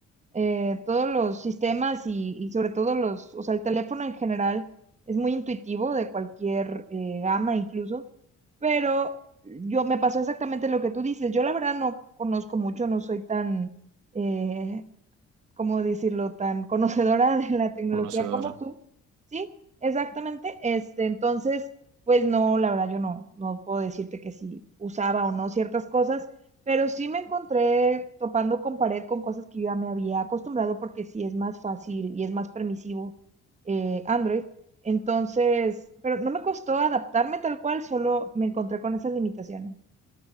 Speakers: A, on the right; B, on the right.
A: eh, todos los sistemas y, y sobre todo los, o sea, el teléfono en general es muy intuitivo de cualquier eh, gama incluso, pero yo me pasó exactamente lo que tú dices. Yo la verdad no conozco mucho, no soy tan, eh, ¿cómo decirlo?, tan conocedora de la tecnología
B: No se ahora.
A: como tú, ¿sí? Exactamente, este, entonces, pues no, la verdad yo no, no puedo decirte que si usaba o no ciertas cosas, pero sí me encontré topando con pared con cosas que yo ya me había acostumbrado porque sí es más fácil y es más permisivo eh, Android. Entonces, pero no me costó adaptarme tal cual, solo me encontré con esas limitaciones.